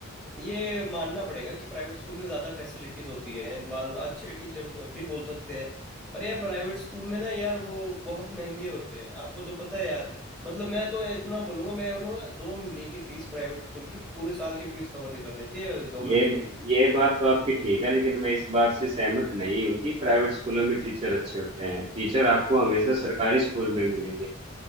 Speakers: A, in the centre; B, on the right.
A: ये मानना पड़ेगा कि प्राइवेट स्कूल में ज़्यादा फैसिलिटीज़ होती है बाज अच्छे टीचर्स भी बोल सकते हैं पर यार प्राइवेट स्कूल में ना यार वो बहुत महंगे होते हैं आपको तो पता है यार मतलब मैं तो इतना बोलूंगा मैं बोलूंगा दो महीने की फीस प्राइवेट स्कूल की पूरे साल की फीस कवर कर देती है गवर्नमेंट
B: ये
A: स्कूल की
B: ये बात तो आपकी ठीक है लेकिन मैं इस बात से सहमत नहीं हूँ कि प्राइवेट स्कूलों में टीचर अच्छे होते हैं टीचर आपको हमेशा सरकारी स्कूल में मिलेंगे